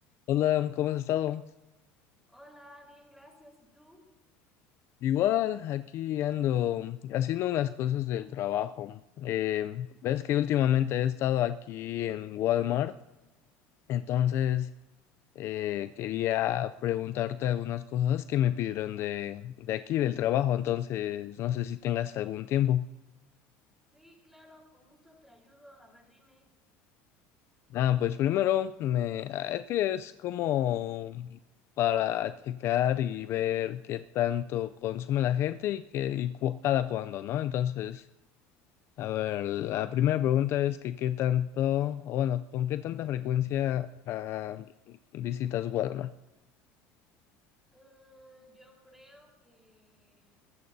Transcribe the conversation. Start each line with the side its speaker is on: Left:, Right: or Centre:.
Left: Hola, ¿cómo has estado?
Centre: Hola, bien, gracias. ¿Y tú?
Left: Igual, aquí ando haciendo unas cosas del trabajo. Eh, ves que últimamente he estado aquí en Walmart, entonces eh, quería preguntarte algunas cosas que me pidieron de, de aquí, del trabajo, entonces no sé si tengas algún tiempo.
Centre: Sí, claro, con gusto te ayudo. A ver, dime.
Left: Ah, pues primero, me, ah, es que es como para checar y ver qué tanto consume la gente y, qué, y cu- cada cuándo, ¿no? Entonces... A ver, la primera pregunta es que qué tanto, o bueno, ¿con qué tanta frecuencia ah, visitas Walmart?
Centre: Eh, yo creo que